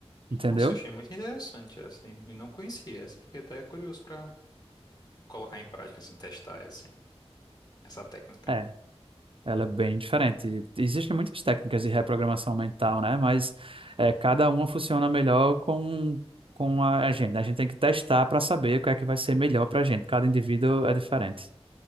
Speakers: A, on the right; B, on the left.
A: entendeu?
B: Nossa, achei muito interessante essa. E e não conhecia essa. Fiquei até curioso pra colocar em prática, assim, testar essa. essa técnica.
A: É, ela é bem diferente. Existem muitas técnicas de reprogramação mental, né? Mas é, cada uma funciona melhor com, com a gente. A gente tem que testar para saber o que é que vai ser melhor para a gente. Cada indivíduo é diferente.